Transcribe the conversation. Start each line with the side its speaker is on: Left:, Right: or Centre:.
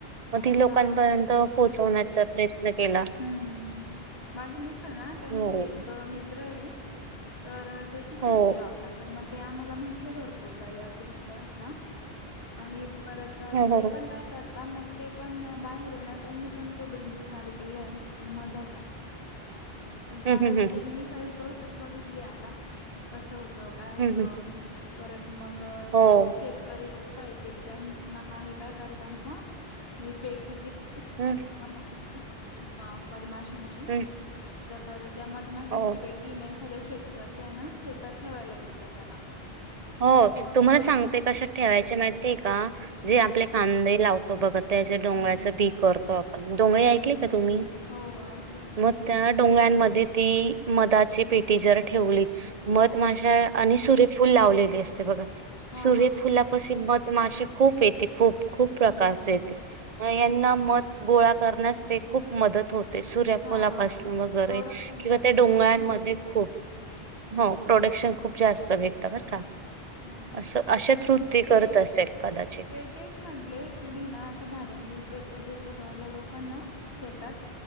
Right: मग
Left: आता
Right: ती लोकांपर्यंत पोहोचवण्याच चा प्रयत्न केला.
Left: हम्म हम्म हम्म माझी मिस्टर ना त्यांचे
Right: हो
Left: एक मित्र आहे तर ते तिथेच
Right: हो
Left: आहे जॉबला तर मग ते आम्हाला म्हटले भरपूरदा या तुम्ही बघायला. आणि परत
Right: हो
Left: ते
Right: हो हो.
Left: पण काय करता मग ते पण बाहेर ये ना त्यांनी पण तो बिझनेस चालू केलाय मधाचा.
Right: हम्म
Left: कारण
Right: हम्म हम्म.
Left: त्यांनी सगळी प्रोसेस बघितली आता कसं होतं काय होत.
Right: हं, हं.
Left: परत मग
Right: हो.
Left: लोक शेतकरी लोक, का येत त्यांना हे काय करत मग ही पेटी जी आहे
Right: हं,
Left: न <unintelligible> म मधमाशांची.
Right: हं.
Left: तर त्या मधमाशांची
Right: हो,
Left: पेटी नाही एखाद्या शेतकच्या आहे ना शेतात ठेवायला देतात त्याला.
Right: हो
Left: मग
Right: तुम्हाला
Left: हम्म
Right: सांगते कशात ठेवायचे माहितीय का जे आपले कांदे लाव तो बघत त्याच्या डोंगळ्याचं
Left: हम्म
Right: बी करतो आपण, डोंगळे
Left: हम्म
Right: ऐकले
Left: हम्म
Right: का तुम्ही?
Left: हम्म हो हो ऐकले ना
Right: मग- त्या डोंगळ्यांमध्ये ती मधाची पेटी जर ठेवली मध
Left: हो
Right: माशा- आणि सूर्यफुल लावलेली असते बघा
Left: हा
Right: सूर्यफुलापशी
Left: हा
Right: मध- माशी खूप येते खूप खूप प्रकारचे
Left: हम्म हम्म
Right: येते
Left: हम्म
Right: यांना मध, गोळा करण्यास ते खूप मदत होते. सूर्या
Left: हा
Right: फुलापासून
Left: हा हा
Right: वगैरे
Left: प्रोडक्शन
Right: किंवा
Left: जास्त
Right: त्या
Left: होत
Right: डोंगळांमध्ये
Left: ना
Right: खूप, हो प्रोडक्शन खूप जास्त भेटत बर का.
Left: हा हा
Right: असं
Left: हा
Right: आशा थ्रुत
Left: मग ते
Right: करत असेल कदाचित.
Left: ते तेच म्हटले की मी ना असं भाड्यानी पेट्या देतो ठेवायला लोकांना शेतात.